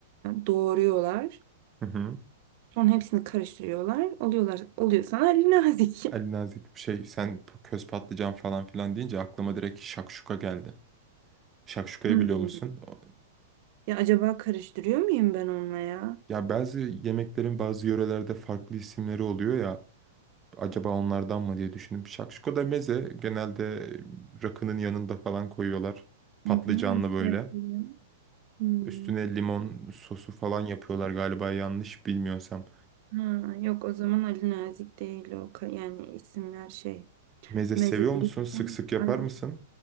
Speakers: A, on the right; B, on the right.
A: doğruyorlar.
B: Hı hı.
A: Sonra hepsini karıştırıyorlar. Oluyorlar. Oluyor sana Ali Nazik.
B: Ali Nazik şey sen p- köz patlıcan falan filan deyince aklıma direkt şakşuka geldi. Şakşukayı
A: <laughs>
B: biliyor musun? O-
A: Ya acaba karıştırıyor muyum ben onunla ya?
B: Ya bazı yemeklerin bazı yörelerde farklı isimleri oluyor ya. Acaba onlardan mı diye düşündüm. Şakşuka da meze genelde rakının yanında falan koyuyorlar. Patlıcanlı
A: Hı hı, nasıl
B: böyle.
A: yapılıyor? Hmm.
B: Üstüne limon sosu falan yapıyorlar galiba yanlış bilmiyorsam.
A: Ha, yok o zaman Ali Nazik değil o. Ka- Yani isimler şey.
B: Meze
A: Meze
B: seviyor
A: değilken.
B: musun? Sık sık yapar
A: Ali-
B: mısın?